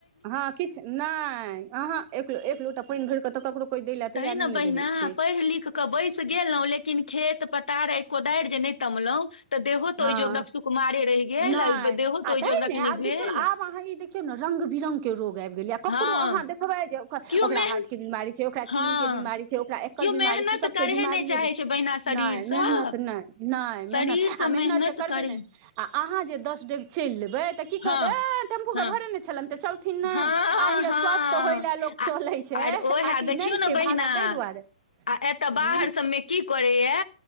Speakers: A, on the right; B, on the left.
A: हँ किछु नहि अह एक लोटा पानि भर क त ककरो कोई दै लए
B: कहिन
A: तैयारे नहि
B: बहिना
A: रहै छै
B: पढ़ लिख के बैस गेलहु लेकिन खेत पथार आ कोदैर जे नै तमलौ त देहो तो
A: हँ
B: ओहि जोगरक सुकुमारे रहि गेल
A: नहि
B: देहो
A: आ
B: तोइ
A: तै
B: जोगरक
A: ने
B: नहि
A: आब
B: भेल
A: देखियौ ने आब अहाँ ई देखियौ न रंग बिरंगके रोग आबि गेलैए ककरो
B: हँ
A: अहाँ देखबै जे ओक
B: केओ
A: ओकरा
B: मेहन
A: हाड के बीमारी छै ओकरा
B: हँ
A: चीनी के बीमारी छै ओकरा एकर
B: केओ
A: बीमारी
B: मेहनत
A: छै सबके
B: करहे
A: बीमारीये
B: नहि चाहे छै बहिना शरीरसँ
A: नई मेहनत नय नय
B: शरीरसँ
A: मेहनत आ मेहनत जे करबै
B: करे
A: ने आ अहाँ जे दस डेग चैल लेबै तऽ की कहत
B: हँ
A: ऐं टेम्पू
B: हँ
A: के भरे नहि छलनि त चल थिन नय
B: हँ
A: आहिरे
B: हँ
A: स्वस्थ होय लए लोक
B: आ
A: चलै छै
B: आर
A: आ
B: ओहे
A: कि
B: देखियौ
A: नय
B: ने
A: छै
B: बहिना
A: भारा ताहि दुआरे
B: आ एतऽ
A: हूँ,
B: बाहर सभमे की करैया